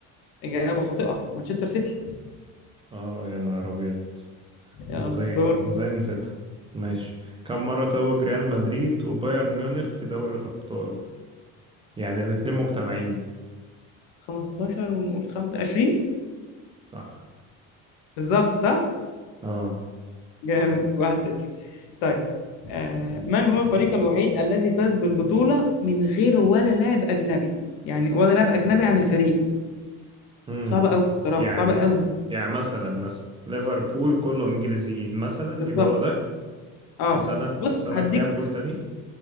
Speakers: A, on the left; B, on the right.
A: اجابة خاطئة مانشستر سيتي
B: اه يا نهار ابيض
A: يلا
B: ازاي
A: دور
B: ازاي نسيتها ماشي كم مرة توج ريال مدريد وبايرن ميونخ في دوري الابطال يعني الاتنين مجتمعين
A: 15 ونقول 5 20
B: صح
A: بالظبط صح؟
B: اه
A: جامد 1-0 طيب آه من هو الفريق الوحيد الذي فاز بالبطولة من غير ولا لاعب أجنبي؟ يعني ولا لاعب أجنبي عن الفريق
B: امم
A: صعبة أوي بصراحة
B: يعني
A: صعبة
B: ك...
A: أوي
B: يعني مثلا مثلا ليفربول كله انجليزيين مثلا
A: بالظبط
B: يبقى هو ده
A: اه
B: في سنة
A: بص
B: في سنة
A: هديك
B: كام قول تاني